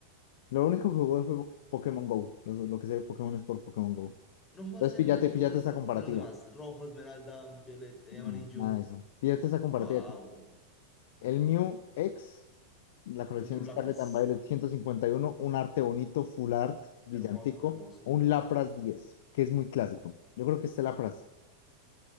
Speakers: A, on the left; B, on the left.
A: Lo único que jugué fue Pokémon Go. Lo, lo que sé de Pokémon es por Pokémon Go.
B: ¿No jugaste
A: Entonces, píllate,
B: ningún Pokémon
A: píllate esta comparativa.
B: de los demás? Rojo, Esmeralda, Violeta,
A: No,
B: Amarillo.
A: nada de eso. Fíjate esa compartida.
B: Wow.
A: El Mew X, la colección
B: Control
A: Scarlet
B: Lapras.
A: and Violet ciento cincuenta y uno un arte bonito, full art, brillantico,
B: Hermoso, hermoso.
A: o un Lapras 10 que es muy clásico. Yo creo que este Lapras.